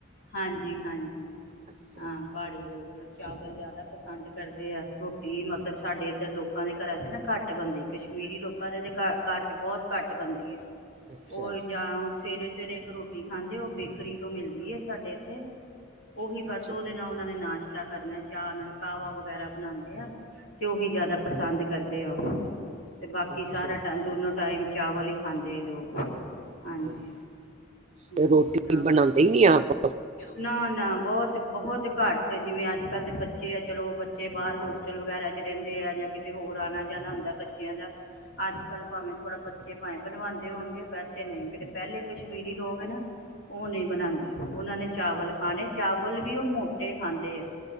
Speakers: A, on the left (about 70°); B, on the right (about 35°).
A: ਹਾਂਜੀ ਹਾਂਜੀ
B: ਅੱਛਾ
A: ਹਾਂ ਪਹਾੜੀ ਲੋਕ ਚਾਵਲ ਜ਼ਿਆਦਾ ਪਸੰਦ ਕਰਦੇ ਆ ਰੋਟੀ ਮਤਲਬ ਸਾਡੇ ਇੱਧਰ ਲੋਕਾਂ ਦੇ ਘਰਾਂ ਚ ਨਾ ਘੱਟ ਬਣਦੀ ਕਸ਼ਮੀਰੀ ਲੋਕਾਂ ਦੇ ਤੇ ਘ ਘਰ ਚ ਬਹੁਤ ਘੱਟ ਬਣਦੀ ਹੈ
B: ਅੱਛਾ
A: ਉਹ ਜਾਂ ਓ। ਸਵੇਰੇ-ਸਵੇਰੇ ਇੱਕ ਰੋਟੀ ਖਾਂਦੇ ਉਹ ਬੇਕਰੀ ਤੋਂ ਮਿਲਦੀ ਹੈ ਸਾਡੇ ਇੱਥੇ। ਉਹੀ ਬਸ
B: ਅੱਛਾ
A: ਉਹਦੇ ਨਾਲ ਉਹਨਾਂ ਨੇ ਨਾਸ਼ ਏਦਾ ਕਰਦੇ ਹਾਂ ਚਾਹ ਨਾਲ ਕਾਹਵਾ ਵਗੈਰਾ ਬਣਾਉਂਦੇ ਆ ਤੇ ਉਹੀ ਜ਼ਿਆਦਾ ਪਸੰਦ ਕਰਦੇ ਆ। ਅਤੇ ਬਾਕੀ
B: ਅੱਛਾ
A: ਸਾਰਾ ਟਾਈਮ ਦੋਨੋਂ ਟਾਈਮ। ਚਾਵਲ ਹੀ ਖਾਂਦੇ ਲੋਕ। <unintelligible>
B: ਹਮ, ਤੇ ਰੋਟੀ ਬਣਾਉਂਦੇ ਹੀ ਨਹੀਂ ਆਪ
A: ਨਾ ਬਹੁਤ-ਬਹੁਤ ਘੱਟ ਜਿਵੇਂ ਅੱਜ ਕੱਲ੍ਹ ਦੇ ਬੱਚੇ ਆ ਚਲੋ ਬੱਚੇ ਬਾਹਰ ਹੋਸਟਲ ਵਗੈਰਾ 'ਚ ਰਹਿੰਦੇ ਆ ਜਾਂ ਕਿਤੇ ਹੋਰ ਆਉਣਾ ਜਾਣਾ ਹੁੰਦਾ। ਬੱਚਿਆਂ ਦਾ ਅੱਜ ਕੱਲ੍ਹ ਭਾਵੇਂ ਥੋੜ੍ਹਾ ਬੱਚੇ ਭਾਵੇਂ ਬਣਵਾਉਂਦੇ ਹੋਣਗੇ ਵੈਸੇ ਨਹੀਂ ਜਿਹੜੇ ਪਹਿਲੇ ਕਸ਼ਮੀਰੀ ਲੋਕ ਨਾ। ਉਹ ਨਹੀਂ ਬਣਾਉਂਦੇ। ਉਹਨਾਂ ਨੇ ਚਾਵਲ ਖਾਣੇ ਚਾਵਲ ਵੀ ਉਹ ਮੋਟੇ ਖਾਂਦੇ ਆ।